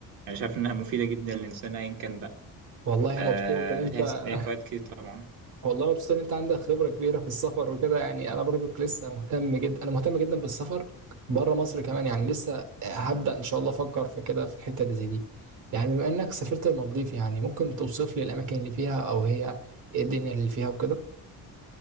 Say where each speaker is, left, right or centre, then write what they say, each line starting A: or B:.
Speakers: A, on the right; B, on the right.
A: انا شايف انها مفيده جدا للانسان ايا كان بقى
B: والله يا
A: أه
B: مبسوط ان انت
A: ليها ليها فوائد كتير طبعا
B: والله مبسوط ان انت عندك خبره كبيره في السفر وكده يعني انا برضك لسه مهتم جدا انا مهتم جدا بالسفر بره مصر كمان يعني لسه هبدا ان شاء الله افكر في كده في الحته دي زي دي يعني بما انك سافرت المالديف يعني ممكن توصف لي الاماكن اللي فيها او هي ايه الدنيا اللي فيها وكده